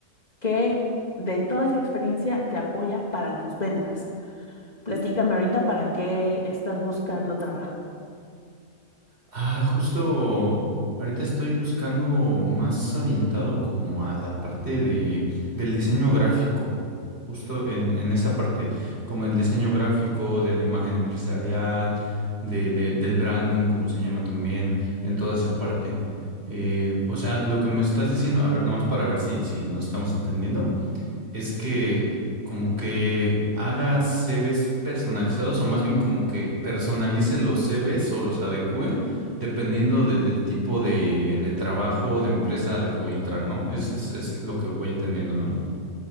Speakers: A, on the left; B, on the right.
A: que de toda esa experiencia te apoya para tus ventas. Platícame ahorita para qué estás buscando trabajo.
B: Ah, justo ahorita estoy buscando más orientado como a la parte de, del diseño gráfico, justo en, en esa parte, como el diseño gráfico de la imagen empresarial, de, de- del branding, como se llama también, en toda esa parte. Eh, o sea, lo que me estás diciendo, a ver, nomás para ver si, si nos estamos entendiendo. es que como que haga CVs personalizados o más bien como que personalice los CVs o los adecue dependiendo de- del tipo de, de trabajo o de empresa a la que voy a entrar, ¿no? Es, es, es lo que voy entendiendo, ¿no?